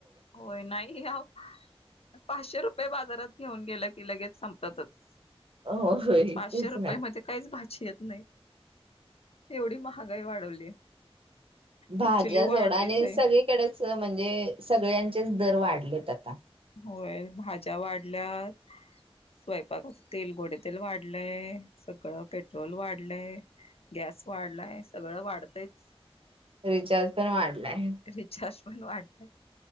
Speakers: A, on the left; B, on the right.
A: होय. नाही आओ पाचशे रुपये बाजारात घेऊन गेलं की लगेच संपतातच.
B: हो होय
A: पाचशे
B: तेच
A: रुपये
B: ना
A: मध्ये काहीच भाजी येत नाही. एवढी महागाई वाढवली.
B: भाज्या
A: ऍक्च्युली वाढलीच
B: जोडाने
A: आहे
B: सगळीकडे च म्हणजे सगळ्यांचेच दर वाढलेत आता.
A: होय भाज्या वाढल्यात, स्वयंपाकाच तेल गोडे तेल वाढलंय, सगळं पेट्रोल वाढलंय, गॅस वाढलाय सगळं वाढतंयच.
B: रिचार्ज पण वाढला आहे.
A: रिचार्ज पण वाढलंय.